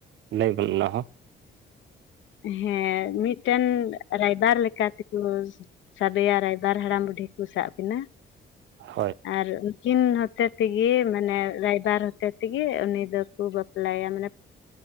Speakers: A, on the right (about 70°); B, on the left (about 70°).
A: ᱞᱟᱹᱭ ᱵᱤᱱ ᱚᱱᱟ ᱦᱚᱸᱚᱸ
B: ᱦᱮᱸ ᱢᱤᱫᱴᱮᱱ ᱨᱟᱭᱵᱟᱨ ᱞᱮᱠᱟ ᱛᱮᱠᱚ ᱥᱟᱰᱮᱭᱟ ᱨᱟᱭᱵᱟᱨ ᱦᱟᱲᱟᱢ ᱵᱩᱰᱷᱤ ᱠᱚ ᱥᱟᱵ ᱮᱱᱟ
A: ᱦ <inaudible>
B: ᱟᱨ ᱩᱱᱠᱤᱱ ᱦᱚᱛᱮ ᱛᱮᱜᱮ ᱢᱟᱱᱮ ᱨᱟᱭᱵᱟᱨ ᱦᱚᱛᱮ ᱛᱮᱜᱮ ᱩᱱᱤ ᱫᱚ ᱵᱟᱯᱞᱟᱭᱟ ᱢᱟᱱᱮ